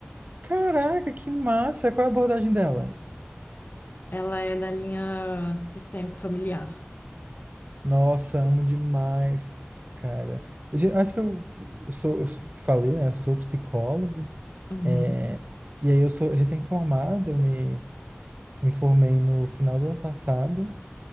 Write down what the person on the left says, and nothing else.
Ela é da linha sistêmico familiar.
Uhum,